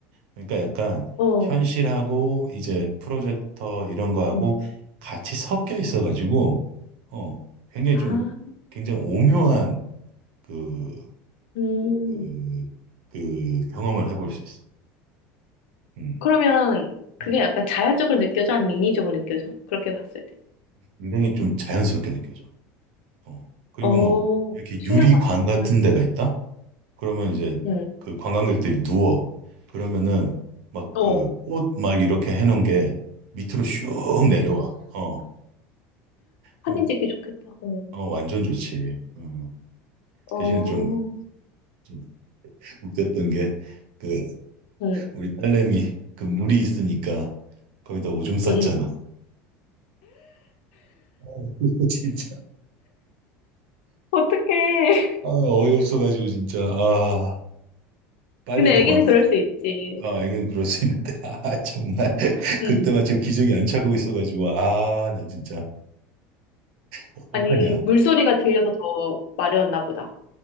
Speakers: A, on the right; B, on the left.
A: 그러니까 약간
B: 어,
A: 현실하고 이제 프로젝터 이런 거하고
B: 어.
A: 같이 섞여 있어 가지고 어 굉장히
B: 아,
A: 좀 굉장히 오묘한 그,
B: 음.
A: 그, 그 경험을 해볼 수 있어. 음.
B: 그러면 그게
A: 음.
B: 약간 자연적으로 느껴져? 아니면 인위적으로 느껴져? 그렇게 봤을 때.
A: 굉장히 좀 자연스럽게 느껴져. 어. 그리고
B: 어,
A: 뭐 이렇게
B: 신경
A: 유리관
B: 많이 썼구나.
A: 같은 데가
B: 응,
A: 있다? 그러면 이제
B: 응,
A: 그 관광객들이 누워. 그러면은 막
B: 어,
A: 그 꽃 막 이렇게 해놓은 게 밑으로 슉
B: 응.
A: 내려와. 어. 그러니까
B: 사진 찍기 좋겠다. 응,
A: 어, 완전 좋지. 음.
B: 어,
A: 대신에 좀, 좀 웃겼던 게 그
B: 응,
A: 우리 딸내미 그 물이 있으니까 거기다 오줌 쌌잖아.
B: 응, 응.
A: <laughs> 진짜.
B: 어떡해. <laughs>
A: 아, 어이없어가지고 진짜. 아, 빨리
B: 근데
A: 도망.
B: 애기는 그럴 수 있지.
A: 아, 애는 그럴 수 있는데, <laughs> 아, 정말, <laughs>
B: 응.
A: 그때만 지금 기적이 안 차고 있어가지고, 아, 나 진짜, 어떡하냐.
B: 아니, 물소리가 들려서 더 마려웠나 보다.